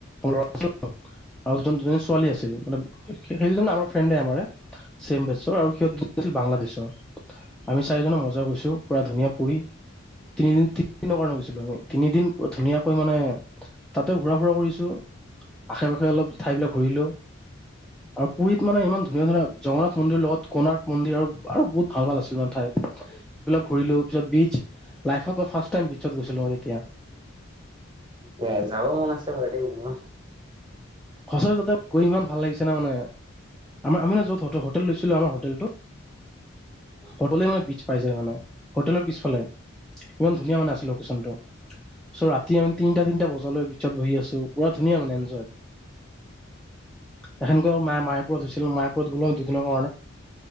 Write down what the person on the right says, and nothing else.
অ যাব মন আছে বাৰি ম